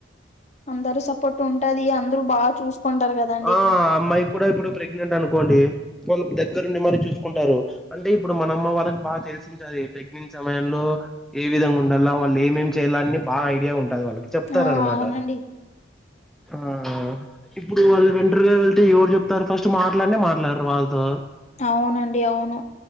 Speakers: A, on the left; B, in the centre.
A: అందరూ సపోర్ట్ ఉంటది అందరూ బాగా చూసు ఉంటారు కదా
B: ఆ అమ్మాయి కూడా ఇప్పుడు ప్రెగ్నెంట్ అనుకోండి వాళ్ల దగ్గరుండి మరి చూసుకుంటారు అంటే ఇప్పుడు మన అమ్మ వాళ్లకి బాగా తెలిసిద్ది అది ప్రెగ్నెన్సీ సమయంలో ఏ విధంగా ఉండాల్నా వాళ్ళు ఏమేం చేయాల్నా అని బాగా ఐడియా ఉంటది వాళ్లకి చెప్తారన్నమాట
A: ఆ అవునండి
B: ఆ ఇప్పుడు వాళ్ళు వెంటర్గా వెళ్తే ఎవరు చెప్తారు ఫస్ట్ మాట్లాడినే మాట్లాడరు వాళ్ళతో
A: అవునండి అవును